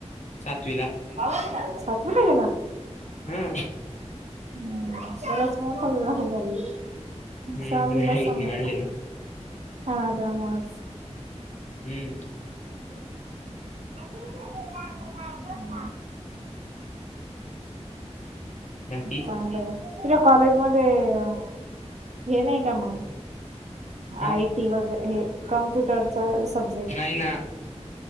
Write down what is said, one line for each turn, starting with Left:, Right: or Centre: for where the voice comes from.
Left: सातवीला
Right: आवाज <unintelligible> सातवी ला गेला?
Left: हा
Right: हम्म बराच मोठा <unintelligible>
Left: हम्म
Right: सहावीलाचं
Left: हाईट
Right: समजता
Left: नाही वाढली ना
Right: हा ना त्यामूळच.
Left: ह्म्म.
Right: <inaudible>
Left: बाकी
Right: चांगलंय तुला कॉलेज मध्ये अ हे नाही का मग?
Left: काय
Right: आय टी वगैरे हे कम्प्युटरचा सब्जे
Left: नाही ना